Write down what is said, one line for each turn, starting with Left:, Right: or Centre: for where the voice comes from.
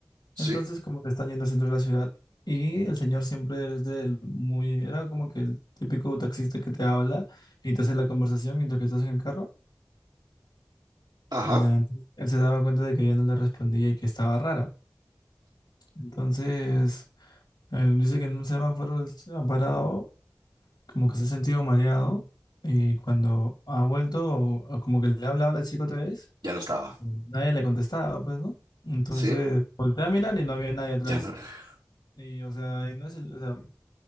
Right: Sí,
Left: entonces como que están yendo al centro de la ciudad, y el señor siempre es del muy, era como que el típico taxista que te habla y te hace la conversación mientras que estás en el carro,
Right: ajá,
Left: ya, entonces, él se daba cuenta de que ella no le respondía y que estaba rara, entonces... Eh, dice que en un semáforo él se ha parado, como que se ha sentido mareado, y cuando ha vuelto, o- o como que le ha hablado a la chica otra vez,
Right: ya no estaba,
Left: nadie le contestaba, pues, ¿no? Entonces
Right: sí,
Left: volteé a mirar y no había nadie atrás.
Right: ya no. <laughs>
Left: Y, o sea, y no es el- o sea,